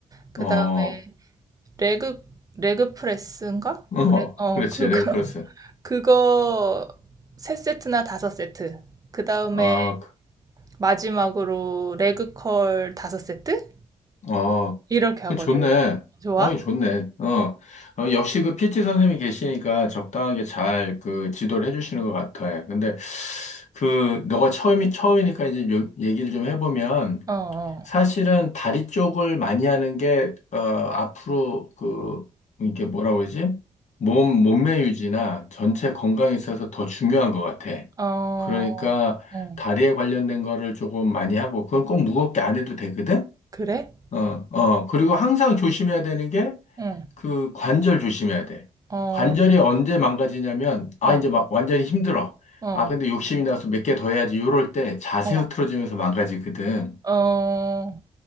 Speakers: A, on the right; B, on the left.
A: 그다음에
B: 어,
A: 레그 레그 프레스인가?
B: 어,
A: 그래. 어,
B: 그렇지.
A: 그거
B: 레그 프레스.
A: 그거 세 세트나 다섯 세트. 그 다음에
B: 아, 그-
A: 마지막으로 레그컬 다섯 세트?
B: 어.
A: 이렇게 하거든.
B: 좋네.
A: 좋아?
B: 어이, 좋네. 어. 어, 역시 그 PT 선생님이 계시니까 적당하게 잘 그 지도를 해주시는 것 같아. 근데 그, 너가 처음이, 처음이니까 이제 요- 얘기를 좀 해보면
A: 어, 어,
B: 사실은 다리 쪽을 많이 하는 게, 어, 앞으로 그, 이게 뭐라고 그러지? 몸, 몸매 유지나 전체 건강에 있어서 더 중요한 것 같아.
A: 어, 어,
B: 그러니까
A: 어.
B: 다리에 관련된 거를 조금 많이 하고, 그건 꼭 무겁게 안 해도 되거든?
A: 그래?
B: 어, 어, 그리고 항상 조심해야 되는 게
A: 응.
B: 그 관절 조심해야 돼.
A: 어,
B: 관절이 언제 망가지냐면, 아,
A: 어,
B: 이제 막 완전히 힘들어.
A: 어,
B: 아, 근데 욕심이 나서 몇 개 더 해야지. 요럴 때 자세
A: 어,
B: 흐트러지면서 망가지거든.
A: 어.